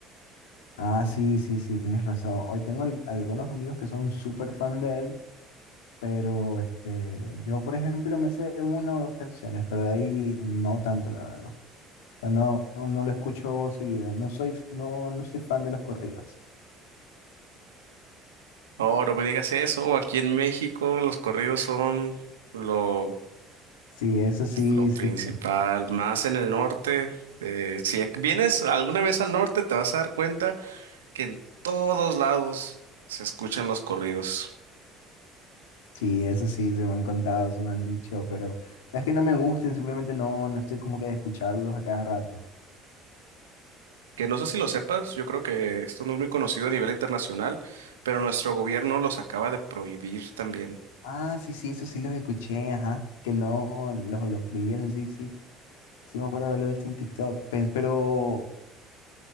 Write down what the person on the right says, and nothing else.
Oh, no me digas eso, aquí en México los corridos son... Lo,
Lo principal,
más en el norte, eh, si e, vienes alguna vez al norte, te vas a dar cuenta que en todos lados se escuchan los corridos.
Que no sé si lo sepas, yo creo que esto no es muy conocido a nivel internacional, pero nuestro gobierno los acaba de prohibir también.